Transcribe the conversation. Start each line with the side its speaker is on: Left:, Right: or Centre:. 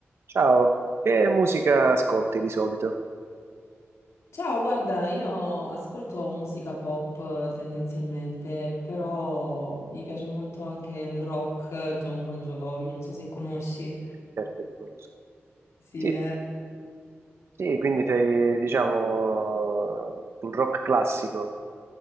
Right: Ciao, che musica ascolti di solito?
Left: Ciao, guarda, io ascolto musica pop eh, tendenzialmente, però mi piace molto anche il rock, eh, John Bon Jovi, non so se conosci.
Right: Certo, ti conosco.
Left: Sì,
Right: Sì,
Left: eh.
Right: sì, quindi sei, diciamo, sul rock classico.